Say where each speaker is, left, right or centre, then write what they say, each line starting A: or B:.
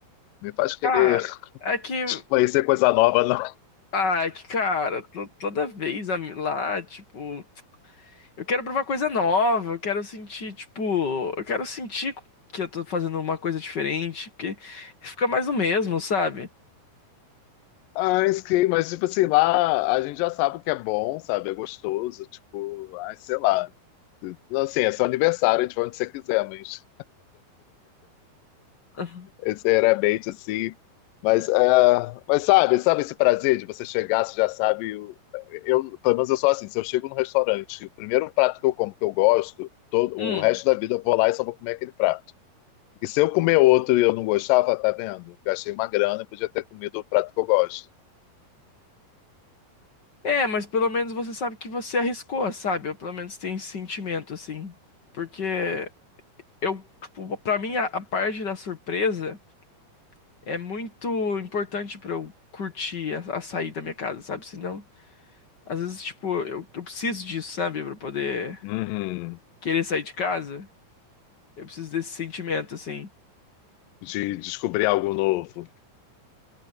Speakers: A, on the left; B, on the left.
A: Me faz querer
B: Cara,
A: <laughs>
B: é que.
A: conhecer coisa nova, não.
B: Ah, é que, cara, to- toda vez a lá, tipo. Eu quero provar coisa nova, eu quero sentir, tipo. Eu quero sentir que eu tô fazendo uma coisa diferente, porque fica mais o mesmo, sabe?
A: Ah, sim, mas tipo assim, lá a gente já sabe o que é bom, sabe? É gostoso, tipo, ai, sei lá. Assim, é seu aniversário, a gente vai onde você quiser, mas
B: <laughs>
A: Sinceramente, assim. Mas, é, mas sabe, sabe esse prazer de você chegar, você já sabe. o- Eu, pelo menos eu sou assim, se eu chego no restaurante, o primeiro prato que eu como, que eu gosto, todo,
B: Hum.
A: o resto da vida eu vou lá e só vou comer aquele prato. E se eu comer outro e eu não gostava, tá vendo? Gastei uma grana e podia ter comido o prato que eu gosto.
B: É, mas pelo menos você sabe que você arriscou, sabe? Eu pelo menos tenho esse sentimento, assim. Porque eu, tipo, pra mim, a, a parte da surpresa. é muito importante pra eu curtir a, a sair da minha casa, sabe? Senão, às vezes, tipo, eu, eu preciso disso, sabe? Pra poder
A: Uhum.
B: querer sair de casa. Eu preciso desse sentimento, assim.
A: De descobrir algo novo.